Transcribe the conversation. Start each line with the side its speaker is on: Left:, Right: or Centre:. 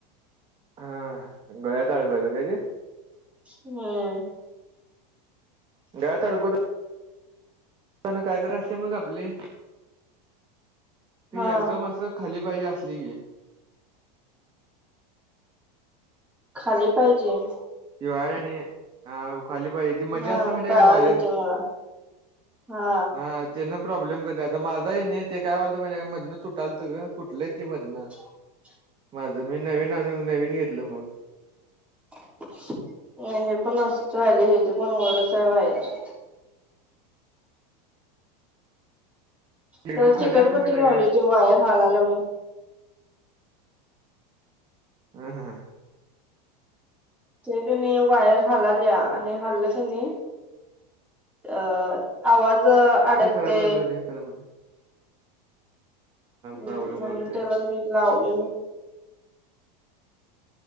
Right: हा गळ्यात अडवायचं काय तेे.
Centre: हम्म.
Right: गळ्यात अडकवतात पण काय कर असते बग आपली. ती
Centre: हा
Right: एकदम अस तर खाली पाहिजे असली की,
Centre: खाली पाहिजे.
Right: दिवाळी आणि अ खाली पाहिजे. मजा
Centre: हा
Right: असते माहित आहे
Centre: कळालं
Right: का वायर
Centre: ते मला हा
Right: ह. तेन प्रॉब्लेम करत्या. आता माझा आहे नाही ते काय व्हालतं माहित मधनं तुटालतं तुटलंय ते मधनं.
Centre: ह <unintelligible>
Right: माझ मी नवीन आणून नवीन घेतलं मग,
Centre: नाही हे पण असंच राहिले हेजी पण वरच आहे वायर. त्याला
Right: एकदम खाली
Centre: चिकटपट्टी
Right: असते माहिती आहे
Centre: लावलोय
Right: काय
Centre: ते वायर हालाल्या म्हणून.
Right: हम हम.
Centre: ते कणी वायर हालाल्या आणि हाललं कनी अ आवाज अडकते
Right: ते खराब झाल्यावर हे खराब होतंय.
Centre: हम्म,
Right: प्रॉब्लेम
Centre: म्हणून
Right: करते
Centre: त्याला मी लावलेल.